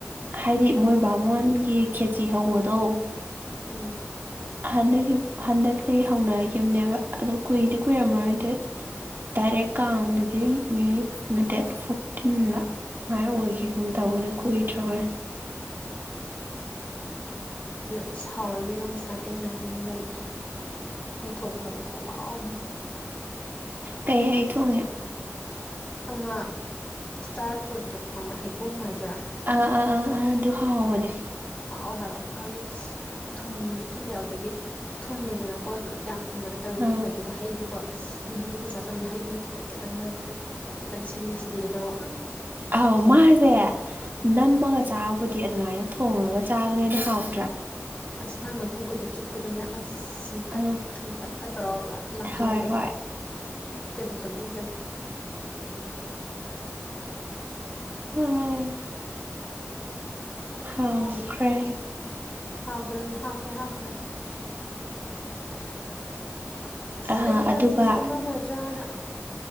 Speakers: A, on the right; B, on the left.
A: ꯍꯥꯏꯗꯤ ꯃꯣꯏ ꯕꯥꯃꯣꯟꯒꯤ ꯈꯦꯆꯤ ꯍꯧꯕꯗꯣ
B: ꯎꯝ
A: ꯍꯟꯗꯛꯀꯤ ꯍꯟꯗꯛꯇꯩ ꯍꯧꯅꯈꯤꯕꯅꯦꯕ ꯑꯗꯣ ꯀꯨꯏꯗꯤ ꯀꯨꯏꯔꯝꯃꯔꯣꯏ ꯗꯦꯇ ꯗꯥꯏꯔꯦꯛ ꯀꯥꯡꯗꯨꯗꯤ ꯃꯤ ꯅꯠꯇꯦ ꯐꯣꯔꯇꯤꯟꯂ ꯑꯃꯥꯏ ꯑꯣꯏꯒꯤꯀꯨꯝ ꯇꯧꯕꯅꯦ ꯀꯨꯏꯗꯔꯥꯕꯅꯦ
B: ꯎꯝ ꯑꯁ ꯉꯁꯥꯏꯗꯩꯩ ꯑꯩꯅ ꯍꯥꯏꯁꯤꯅꯦ ꯂꯩꯇ꯭ꯔꯦ ꯍꯩ ꯊꯣꯡꯕꯒꯗꯣ ꯈꯨꯍꯥꯎ ꯑꯃ
A: ꯀꯩ ꯍꯩ ꯊꯣꯡꯉꯤꯅꯣ
B: ꯑꯃ ꯏꯁꯇꯥꯔ ꯐ꯭ꯔꯨꯠꯇꯣ ꯈꯪꯕ꯭ꯔꯥ ꯍꯩꯕꯨꯝ ꯍꯥꯏꯗꯣꯏꯔꯥ
A: ꯑꯥ ꯑꯥ ꯑꯥ ꯑꯥ ꯑꯗꯨ ꯍꯥꯎꯕꯅꯦ
B: ꯎꯝ ꯍꯥꯎꯋꯦ ꯍꯥꯏꯕ ꯍꯥꯏꯗꯤ ꯊꯨꯝꯁꯨ ꯊꯨꯝꯃꯦ ꯑꯗꯒꯤ ꯊꯨꯝꯃꯦꯗꯅꯀꯣ ꯑꯗꯨ ꯊꯨꯝꯕꯗꯠꯇ ꯑꯗꯨꯝ
A: ꯑꯥ
B: ꯊꯨꯝꯃꯦ ꯑꯗꯨꯒ ꯍꯩꯗꯨꯒ ꯃꯍꯤꯗꯨꯒ ꯆꯥꯥꯁꯟꯕ ꯍꯩꯗꯨꯅ ꯈꯤꯇꯪ ꯈꯤꯇꯪ ꯃꯔꯛꯇ ꯈꯤꯇꯪ ꯈꯤꯇꯪ ꯁꯤꯂꯤ ꯁꯤꯂꯤꯒ ꯇꯧꯔꯣ ꯎꯝ
A: ꯑꯥꯎ ꯃꯥꯁꯦ ꯅꯝꯃꯒ ꯆꯥꯕꯕꯨꯗꯤ ꯑꯗꯨꯃꯥꯏꯅ ꯊꯣꯡꯉꯒ ꯆꯥꯕꯅꯦꯅ ꯍꯥꯎꯋꯦ
B: ꯑꯁ ꯃꯥꯏ ꯃꯀꯨꯒꯗꯣ ꯆꯨꯞꯄꯗꯅꯦ ꯑꯁ ꯊꯤꯟꯇꯛ
A: ꯎꯝ
B: ꯊꯨꯝꯇꯛꯀ ꯇꯧꯔꯒ ꯂꯥꯛꯈꯠꯂꯛꯄꯗꯣ
A: ꯍꯣꯏ ꯍꯣꯏ
B: ꯎꯝ ꯇꯤꯟ ꯆꯨꯝ ꯏꯕꯦꯝ
A: ꯎꯝ
B: ꯀꯣꯛꯀ
A: ꯍꯥꯎꯈ꯭ꯔꯦ
B: ꯉꯥꯎꯋꯦ ꯍꯥꯎꯈ꯭ꯔꯦ ꯍꯥꯎꯈ꯭ꯔꯦ ꯍꯥꯎꯈ꯭ꯔꯦ ꯑꯁ
A: ꯑ
B: ꯑꯩꯗꯤ ꯅꯪꯁꯦ
A: ꯑꯗꯨꯒ
B: ꯇꯨꯝꯃꯝꯃꯗ꯭ꯔꯅ